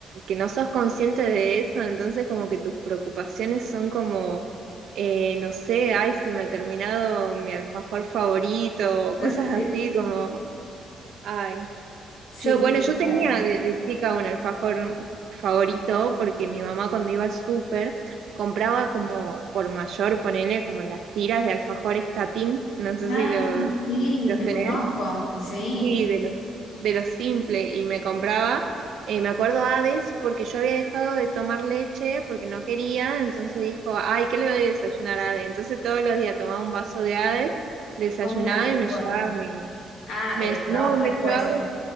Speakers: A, on the right; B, on the left.
A: que no sos consciente de eso, entonces como que tus preocupaciones son como, eh, no sé, ay, se me ha terminado mi alfajor favorito, o cosas
B: <laughs>
A: así
B: Sí,
A: como, ay.
B: sí,
A: Yo, bueno,
B: tal
A: yo
B: cual.
A: tenía de, de chica un alfajor favorito porque mi mamá cuando iba al súper compraba como por mayor, ponele como las tiras de alfajor estatín, no sé
B: Ay,
A: si lo,
B: sí,
A: los
B: lo
A: tenés,
B: conozco, sí,
A: sí, de los de los simple y me compraba, eh, me acuerdo Hades porque yo había dejado de tomar leche porque no quería, entonces dijo, ay, ¿qué le doy a desayunar a Hades? Entonces todos los días tomaba un vaso de Hades, desayunaba
B: con un alfajor.
A: y me llevaba mi,
B: Ah,
A: me,
B: te lo llevabas
A: no,
B: para
A: me
B: después.
A: llevaba